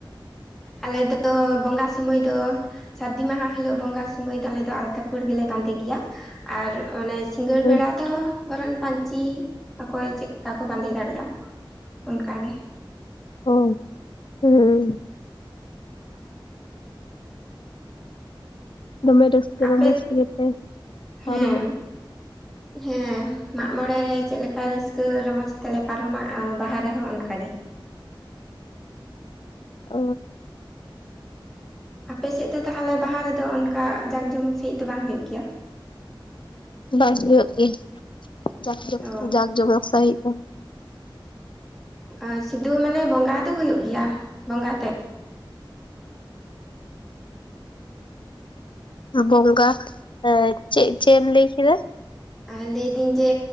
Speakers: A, in the centre; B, on the left.
A: ᱟᱞᱮ ᱫᱚ ᱵᱚᱸᱜᱟ ᱥᱩᱢᱚᱭ ᱫᱚᱼᱼ ᱥᱟᱹᱨᱫᱤ ᱢᱟᱦᱟ ᱦᱤᱞᱳᱜ ᱵᱚᱸᱜᱟ ᱥᱚᱢᱚᱭ ᱫᱚ ᱟᱞᱮ ᱫᱚ ᱟᱞᱛᱟ ᱯᱟᱹᱲ ᱜᱮᱞᱮ ᱵᱟᱹᱫᱮ ᱜᱮᱭᱟ ᱟᱨ ᱚᱱᱮᱼᱼ ᱥᱤᱜᱟᱹᱲ
B: ᱦᱩᱸ
A: ᱵᱮᱲᱟ ᱫᱚᱼᱼ ᱵᱚᱨᱚᱱ ᱯᱟᱹᱧᱪᱤ ᱚᱠᱚᱭ ᱪᱮᱫ ᱠᱟ ᱠᱚ ᱵᱟᱸᱫᱮ ᱫᱟᱲᱮᱭᱟᱜᱼᱟ ᱚᱱᱠᱟ ᱜᱮ ᱾
B: ᱦᱳᱭ ᱦᱩᱸ ᱫᱚᱢᱮ ᱨᱟᱹᱥᱠᱟᱹ
A: ᱟᱯᱮ
B: ᱨᱚᱢᱚᱡᱽ ᱛᱮᱜᱮ ᱯᱮ ᱯᱟᱨᱚᱢᱟ
A: ᱦᱮᱸ
B: ᱟᱨᱼᱼ
A: ᱦᱮᱸ ᱢᱟᱜ ᱢᱚᱬᱮ ᱨᱮ ᱪᱮᱫ ᱞᱮᱠᱟ ᱨᱟᱹᱥᱠᱟᱹ ᱨᱚᱢᱚᱡᱽ ᱛᱮᱞᱮ ᱯᱟᱨᱚᱢᱟ ᱵᱟᱦᱟ ᱨᱮᱦᱚᱸ ᱚᱱᱠᱟᱜᱮ ᱾
B: ᱚ
A: ᱟᱯᱮ ᱥᱮᱫ ᱫᱚ ᱛᱟᱦᱚᱞᱮ ᱵᱟᱦᱟ ᱨᱮᱫᱚ ᱚᱱᱠᱟ ᱡᱟᱠ ᱡᱚᱢᱚᱠ ᱥᱟᱺᱦᱤᱡ ᱫᱚ ᱵᱟᱝ ᱦᱩᱭᱩᱜ ᱜᱮᱭᱟ?
B: ᱵᱟᱝ ᱦᱩᱭᱩᱜ ᱜᱮ ᱡᱟᱠ ᱡᱚᱢᱚᱠ
A: ᱚ
B: ᱡᱟᱠ ᱡᱚᱢᱚᱠ ᱥᱟᱹᱦᱤᱡ ᱫᱚ ᱾
A: ᱟᱨ ᱥᱩᱫᱷᱩ ᱢᱟᱱᱮ ᱵᱚᱸᱜᱟ ᱫᱚ ᱦᱩᱭᱩᱜ ᱜᱮᱭᱟ ᱵᱚᱸᱜᱟ ᱛᱮᱫ᱾
B: ᱵᱚᱸᱜᱟ ᱮᱫ ᱪᱮᱫ ᱪᱮᱫ ᱮᱢ ᱞᱟᱹᱭ ᱠᱮᱫᱟ?
A: ᱟᱨ ᱞᱟᱹᱭᱫᱟᱹᱧ ᱡᱮᱼᱼ